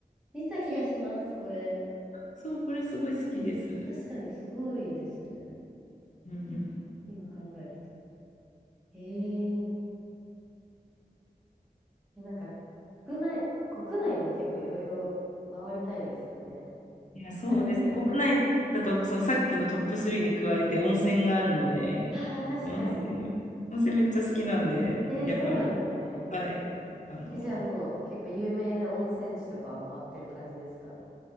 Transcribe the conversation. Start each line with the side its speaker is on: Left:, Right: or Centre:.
Centre: 見た気がします、これ。
Left: そう、これすごい好きです。
Centre: 確かにすごいですね。
Left: うんうん。
Centre: 今考えると。えーえ、なんか、国内、国内も結構いろいろ回りたいですよね。
Left: いや、そうですね。
Centre: <laughs>
Left: 国内だと、そのさっきのトップ3に加えて温泉があるので、
Centre: ああ、確かに。
Left: 温泉、温泉めっちゃ好きなんで、
Centre: えー、
Left: やっぱり、
Centre: そうなんですね。
Left: はい。あの、
Centre: え、じゃあもう結構有名な温泉地とかは回ってる感じですか